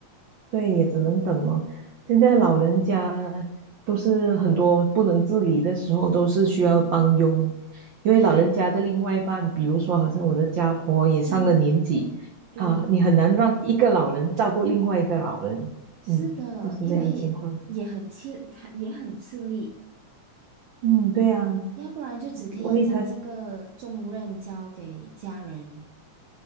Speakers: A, on the right (about 85°); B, on the right (about 70°).
A: 对，也只能等哦。现在老人家都是很多不能自理的时候，都是需要帮佣，因为老人家的另外一半，
B: 对，
A: 比如说好像我的家婆也上了年纪啊，
B: 嗯，对，
A: 你很难让一个老人照顾另外一个老人，
B: 是的，
A: 嗯，就是这样情况。
B: 因为也很吃，也很吃力。
A: 嗯，对呀，
B: 要不然就只可以将这个重任交给家人，
A: 万一他，